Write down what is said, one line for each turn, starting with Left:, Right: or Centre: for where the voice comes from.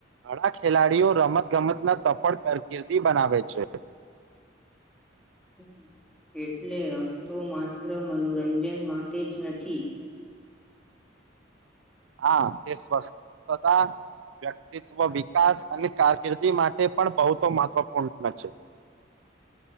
Right: ઘણા ખેલાડીઓ રમતગમતના સફળ કારકિર્દી બનાવે છે.
Centre: હ એટલે રમતો માત્ર મનોરંજન માટે જ નથી.
Right: હા. તે સ્વસ્થતા, વ્યક્તિત્વ વિકાસ અને કારકિર્દી માટે પણ બહતો મહત્વપૂર્ણ છે.